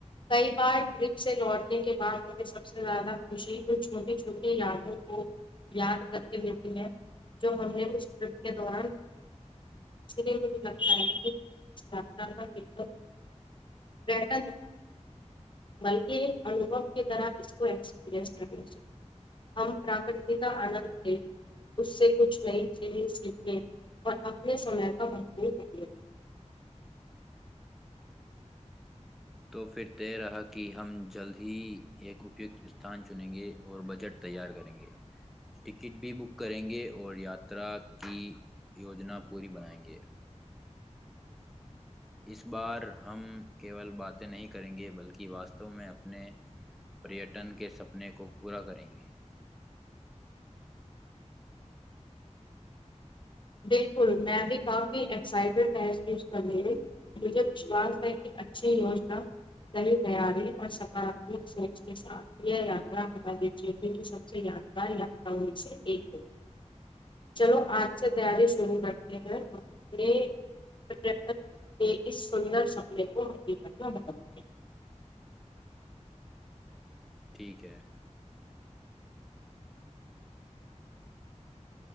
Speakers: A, on the left; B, in the centre.
A: کئی بار ٹرپ سے لوٹنے کے بعد سب سے زیادہ خش کچ چھوٹی چھوٹی یادوں کو یاد کر کے دیتی ہے جو ہم نے اس ٹرپ کے دوران اس لیے مجھے لگتا ہے کہ کا ٹا م <unintelligible> کے انوبو کی طرح اس کو ایکسپیرنس کرنا چاہیے ہم پراکرت کا آنند تھے اس سے کچھ نئی چیزیں سیکھیں اپنے سمے کا مت دیے
B: تو پھر طے رہا کہ ہم جلد ہی ایک اپکت اسھان چنیں گے اور بجٹ تیار کریں گے ٹکٹ بھی بک کریں گے اور یاترا کی یوجنا پوری بنائیں گے اس بار ہم کیول باتیں نہیں کریں گے بلکہ واستو میں اپنے پریٹن کے سپنے کو پورا کریں گے
A: بالکل میں بھی کافی ایکسائٹیڈ محسوس کر رہ ہوں مجھے وشوس ہے کہ اچھی یوجنا سی تیاری اور سکاراتمک سوچ کے ساتھ یہ یاا ہمارے چی کی سب سے یادگار یاا میں سے ایک ہے چلو آج سے تیاری شرو کرتے ہیںنے پٹک کے اس سندر سپنے کو حقیقت میں بتے ہیں
B: ٹھیک ہے